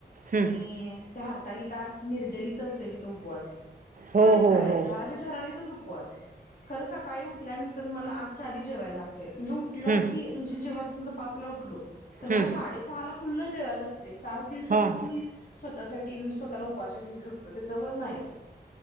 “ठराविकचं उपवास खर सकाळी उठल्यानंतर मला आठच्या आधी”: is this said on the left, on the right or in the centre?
Left